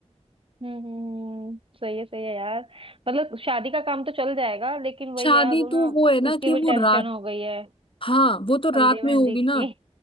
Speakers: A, on the right (about 50°); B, on the left (about 45°).
A: हम्म हम्म, हम्म, सही है सही है यार मतलब शादी का काम तो चल जाएगा लेकिन वही
B: शादी
A: है अब ना
B: तो वो है ना
A: उसकी
B: कि
A: भी
B: वो
A: टेंशन
B: रात
A: हो गई है
B: हाँ वो तो
A: हल्दी
B: रात
A: मेहंदी
B: में होगी
A: की
B: ना